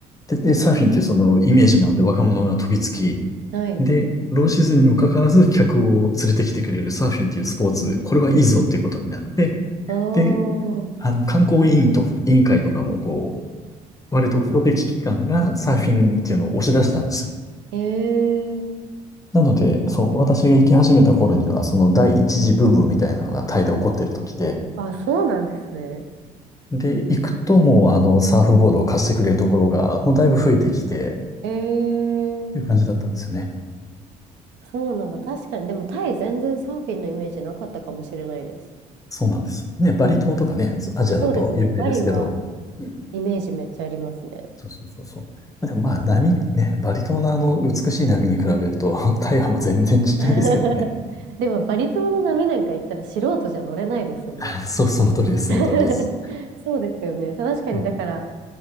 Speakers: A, on the left; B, on the right.
A: で、でサーフィンっていうそのイメージもあって若者が飛びつき、
B: かに。はい。
A: で、ローシーズンにもかかわらず客を連れてきてくれるサーフィンっていうスポーツ、これはいいぞっていうことになって、
B: ああ。
A: で、あの、観光委員と、委員会とかも、こう、割とプロテキ機関がサーフィンっていうのを押し出したんです。
B: へえ。
A: なので、そう、私が行き始めた頃には、その第一次ブームみたいなのがタイで起こってる時で、
B: あ、そうなんですね。
A: で、行くともうあの、サーフボードを貸してくれるところが、もうだいぶ増えてきて、
B: へえ。
A: という感じだったんですよね。
B: そうなんだ。確かに。でもタイ全然サーフィンのイメージなかったかもしれないです。
A: そうなんです。ね、バリ島とかね、アジアだと有名ですけど、
B: あ、そうですね。バリは
A: うん。
B: イメージめっちゃありますね。
A: そうそうそうそう。でもまあ、波、ね、バリ島のあの、美しい波に比べると、<laughs> 台湾も全然ちっちゃいんですけどね。
B: <laughs> でもバリ島の波なんか行ったら素人じゃ乗れないですよね。
A: あそう、その通りです、その通りです。
B: <laughs> そうですよね。確かに、
A: ね
B: だから、